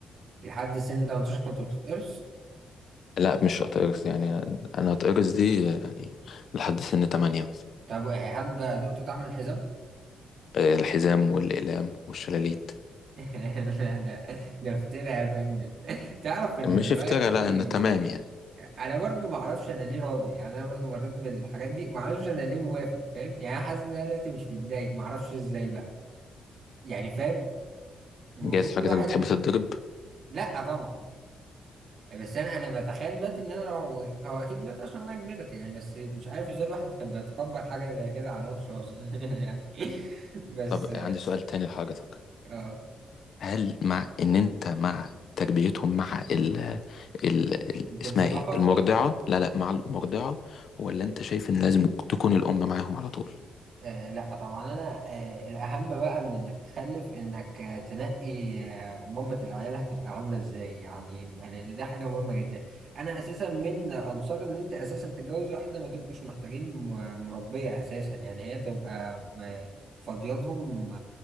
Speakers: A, on the right; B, on the left.
A: لحد سن 18 كنت بتتقرص
B: لا مش هتقرص يعني انا هتقرص دي يعني لحد سن تمانية مثلا
A: طب هل بقى دقت طعم الحزام؟
B: آه، الحزام والأقلام والشلاليت
A: <laughs> لا ده ده افترا يا فندم تعرف ان
B: مش
A: دلوقتي
B: افترا لا انا تمام يعني
A: انا برضو ما اعرفش انا ليه راضي يعني انا برضو مريت بالحاجات دي ما اعرفش انا ليه موافق فاهم يعني انا حاسس ان انا دلوقتي مش متضايق ما اعرفش ازاي بقى يعني فاهم المفروض
B: جايز
A: الواحد
B: حضرتك بتحب
A: من
B: تتضرب
A: لا طبعا بس انا انا بتخيل دلوقتي ان انا لو هو اكيد دلوقتي عشان انا كبرت يعني بس مش عارف ازاي الواحد كان بيتقبل حاجه زي كده على نفسه اصلا <laughs> يعني بس
B: طب عندي سؤال تاني لحضرتك
A: اه
B: هل مع ان انت مع تربيتهم مع ال ال ال
A: الجنس
B: اسمها
A: الاخر
B: ايه المرضعة لا لا مع المرضعة ولا انت شايف ان لازم تكون الأم معاهم على طول
A: آه لا طبعا انا آه الاهم بقى من انك تخلف انك آه تنقي آه مامة العيال هتبقى عامله ازاي يعني لان دي حاجه مهمه جدا انا اساسا من انصار ان انت اساسا تتجوز واحده ما تبقوش محتاجين م- مربيه اساسا يعني هي تبقى آه، فاضيه لهم